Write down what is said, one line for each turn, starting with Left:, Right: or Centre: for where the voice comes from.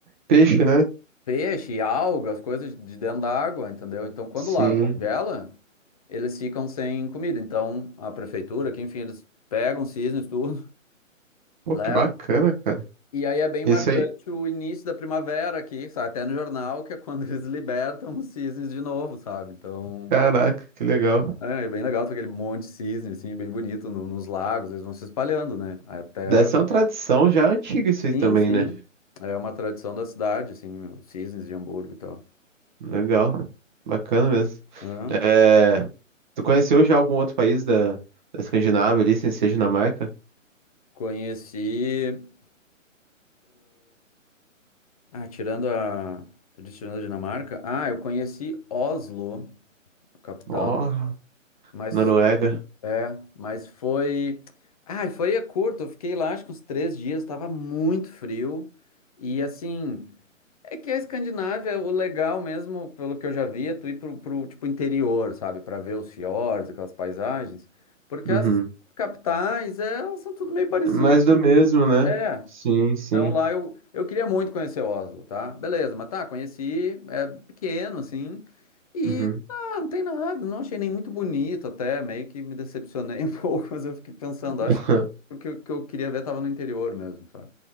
Right: Peixe, né?
Left: peixe, algas, coisas de dentro da água, entendeu? Então, quando
Right: Sim.
Left: o lago congela, eles ficam sem comida. Então, a prefeitura, que enfim, eles pegam cisnes, tudo, <laughs>
Right: Pô,
Left: levam.
Right: que bacana, cara.
Left: E aí é bem marcante
Right: Isso aí,
Left: o início da primavera aqui, sabe? Até no jornal, que é quando <laughs> eles libertam os cisnes de novo, sabe? Então.
Right: caraca, que legal.
Left: É, é bem legal, tem aquele monte de cisne, assim, bem bonito no- nos lagos, eles vão se espalhando, né? Até.
Right: Deve ser uma tradição já antiga isso aí
Left: Sim,
Right: também,
Left: sim.
Right: né?
Left: É uma tradição da cidade, assim, os cisnes de Hamburgo e tal.
Right: Legal, bacana mesmo.
Left: Hã?
Right: É, tu conheceu já algum outro país da, da Escandinávia ali, sem ser Dinamarca?
Left: Conheci. Ah, tirando a. Tu disse tirando a Dinamarca? Ah, eu conheci Oslo, a capital.
Right: Ó,
Left: da- Mas.
Right: Noruega.
Left: É, mas foi. Ah, foi é curto, eu fiquei lá acho que uns três dias, tava muito frio. E assim. É que a Escandinávia, o legal mesmo, pelo que eu já vi, é tu ir pro, pro tipo, interior, sabe? Pra ver os fiordes, aquelas paisagens. Porque
Right: Uhum.
Left: as capitais, é, elas são tudo meio parecidas.
Right: Mais do mesmo, né?
Left: É.
Right: Sim, sim.
Left: Então lá eu, eu queria muito conhecer Oslo, tá? Beleza, mas tá, conheci, é pequeno, assim. E
Right: Uhum.
Left: ah, não tem nada, não achei nem muito bonito até, meio que me decepcionei <laughs> um pouco, mas eu fiquei pensando,
Right: <laughs>
Left: acho que o que eu que eu queria ver tava no interior mesmo, sabe?